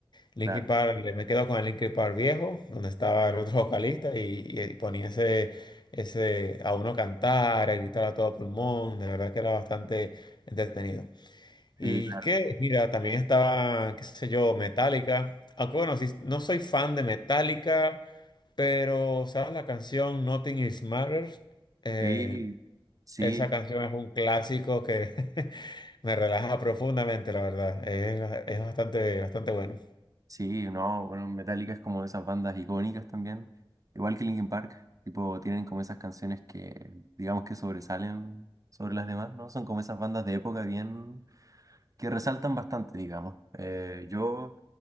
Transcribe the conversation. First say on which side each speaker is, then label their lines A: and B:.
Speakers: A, on the left; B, on the right.
A: Linkin
B: claro.
A: Park, le- me quedo con el Linkin Park viejo, donde estaba el otro vocalista y, y eh, ponía ese, ese a uno cantar, a gritar a todo pulmón, de verdad que era bastante entretenido. Y
B: Sí, claro.
A: que, mira, también estaba, qué sé yo, Metallica, aunque bueno, sí, no soy fan de Metallica, pero, ¿sabes la canción Nothing Is Matters? Eh,
B: Sí, sí.
A: esa canción es un clásico que <laughs> me relaja profundamente, la verdad, es, es bastante, bastante bueno.
B: Sí, no, bueno, Metallica es como de esas bandas icónicas también, igual que Linkin Park, tipo, tienen como esas canciones que, digamos que sobresalen sobre las demás, ¿no? Son como esas bandas de época bien, que resaltan bastante, digamos. Eh, yo,